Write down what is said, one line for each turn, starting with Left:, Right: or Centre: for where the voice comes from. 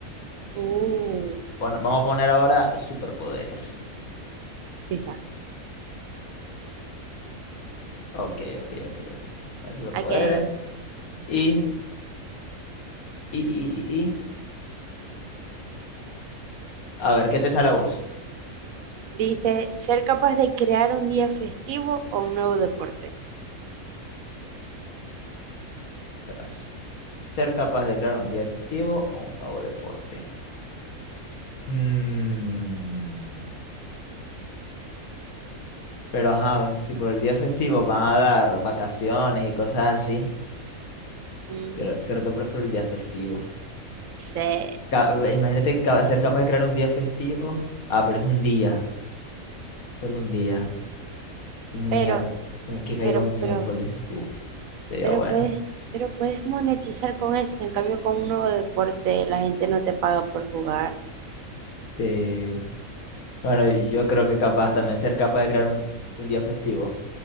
Right: Uh.
Left: Pon- vamos a poner ahora superpoderes.
Right: Sí, ya.
Left: Ok, ok, ok, ok. A superpoderes.
Right: Ok.
Left: Y, y, y, y, y- A ver, ¿qué te sale a vos?
Right: Dice, ser capaz de crear un día festivo o un nuevo deporte.
Left: Verás. Ser capaz de crear un día festivo o un nuevo deporte. Mm. Pero ajá, si por el día festivo van a dar vacaciones y cosas así,
Right: Mm,
Left: creo, creo que prefiero el día festivo.
Right: sí.
Left: Ca- imagínate ca- ser capaz de crear un día festivo. Ah, pero es un día, solo un día, un miércoles,
Right: Pero,
Left: que caiga
Right: pero,
Left: un miércoles.
Right: pero,
Left: Uf, sería
Right: pero
Left: bueno.
Right: puedes, pero puedes monetizar con eso. En cambio, con un nuevo deporte, la gente no te paga por jugar.
Left: Sí. Bueno, yo creo que capaz también ser capaz de crear un, un día festivo.